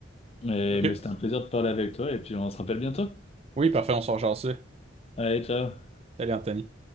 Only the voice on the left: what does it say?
Mais,
mais c'était un plaisir de parler avec toi, et puis on se rappelle bientôt.
Allez, ciao!